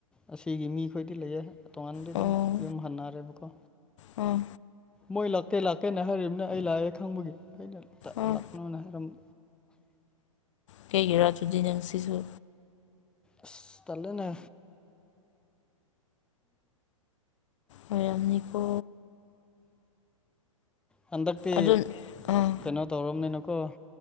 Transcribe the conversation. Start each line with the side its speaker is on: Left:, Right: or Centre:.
Centre: ꯑꯁꯤꯒꯤ ꯃꯤꯈꯣꯏꯗꯤ ꯂꯩꯌꯦ ꯇꯣꯉꯥꯟꯗꯤ
Left: ꯑꯣ
Centre: ꯑꯗꯨꯝ ꯌꯨꯝ ꯍꯟꯅꯔꯦꯕꯀꯣ
Left: ꯑꯥ
Centre: ꯃꯣꯏ ꯂꯥꯛꯀꯦ ꯂꯥꯛꯀꯦꯅ ꯍꯥꯏꯔꯤꯕꯅꯦ ꯑꯩ ꯂꯥꯛꯑꯦ ꯈꯪꯕꯒꯤ ꯑꯩꯅ ꯇ
Left: ꯑꯥ
Centre: ꯂꯥꯛꯀꯅꯣꯅ ꯍꯥꯏꯔꯝꯕ
Left: ꯀꯩꯒꯤꯔꯥ ꯗꯨꯗꯤ ꯅꯪ ꯁꯤꯁꯨ
Centre: ꯑꯁ ꯇꯜꯂꯦꯅꯦ
Left: ꯑꯣꯏꯔꯝꯅꯤꯀꯣ
Centre: ꯍꯟꯗꯛꯇꯤ
Left: ꯑꯗꯨ ꯑꯥ
Centre: ꯀꯩꯅꯣ ꯇꯧꯔꯝꯅꯤꯅꯀꯣ